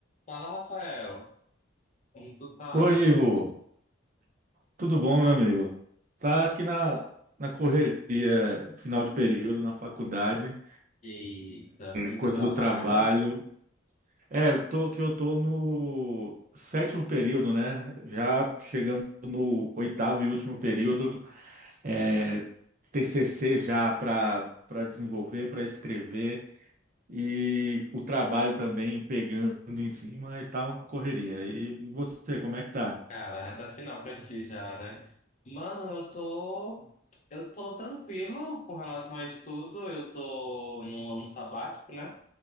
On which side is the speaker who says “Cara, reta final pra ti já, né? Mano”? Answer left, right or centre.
Left